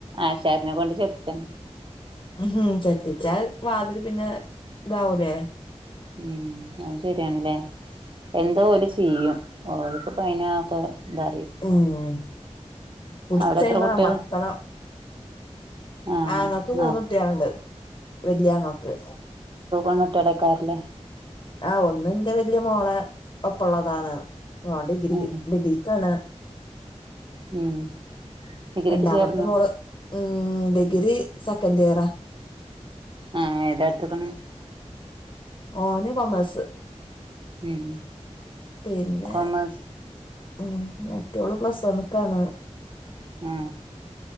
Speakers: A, on the right (about 45°); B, on the left (about 40°).
A: ആശാരിനെ കൊണ്ട് ചെത്തിച്ചണം.
B: ഉ ഹം ചെത്തിച്ചാ വാതില് പിന്നെ ഇതാവൂലേ.
A: ഉം അത് ശരിയാണല്ലേ. എന്തോ ഓല് ചെയ്യും. ഓൽക്ക പ്പ അയിനൊക്കെ ഇതറിയും.
B: ഉം പുടിച്ചയ്മ്പ
A: അവിടെ എത്ര കുട്ടികൾ
B: അമർത്തണം.
A: ആഹ്
B: ആ ആങ്ങക്ക്
A: ന
B: മൂന്ന കുട്ടിയളുണ്ട് വല്യ ആങ്ങക്ക്.
A: അങ്ങട്ടടക്കാറല്ലേ.
B: ആ ഒന്ന് എന്റെ വലിയ മോളെ ഒപ്പള്ളതാണ്, ഡിഗ്രി
A: ഉം
B: ഡിഗ്രീക്കാണ്.
A: ഉം ഡിഗ്രിക്ക്
B: രണ്ടാമത്തെ
A: ചേർന്നോ
B: മോള് ഉം ഡിഗ്രി സെക്കൻഡ് ഇയറാ.
A: ആഹ് ഏതാ എടുത്ത്ക്ക്ണ്
B: ഓന് കൊമേഴസ്.
A: ഉം
B: പിന്നെ,
A: കോമേഴ്സ്
B: ഉം മറ്റൊള് പ്ലസ് വൺ ക്കാണ്.
A: ഉം